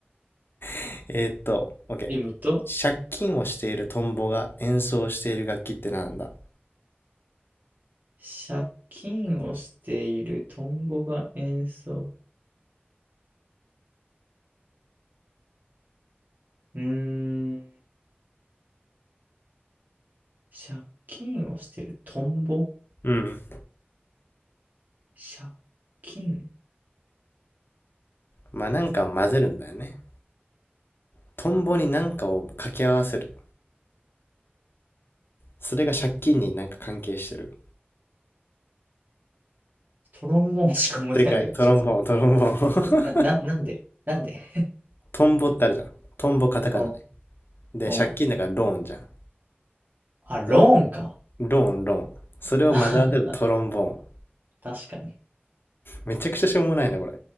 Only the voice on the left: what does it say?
<laughs> えーっと、OK。
借金をしているトンボが演奏している楽器ってなんだ
うん。
まあなんか混ぜるんだよね。トンボに何かを掛け合わせる。それが借金になんか関係してる。
正解、トロンボーン、
トロンボーン。
<laughs>
トンボってあるじゃん。トンボカタカナね。
で、
借金だからローンじゃん。
で、ローン、ローン。それを混ぜ合わせるトロンボーン。
めちゃくちゃしょうもないな、これ。